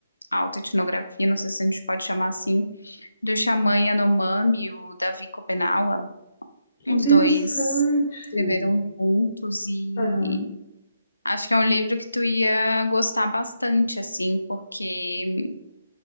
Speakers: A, on the left; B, on the left.
A: autoetnografia, não sei se a gente pode chamar assim, do xamã Yanomami, o Davi Kopenawa.
B: Que
A: Os
B: interessante.
A: dois escreveram juntos e
B: Aham.
A: acho que é um livro que tu ia gostar bastante, assim, porque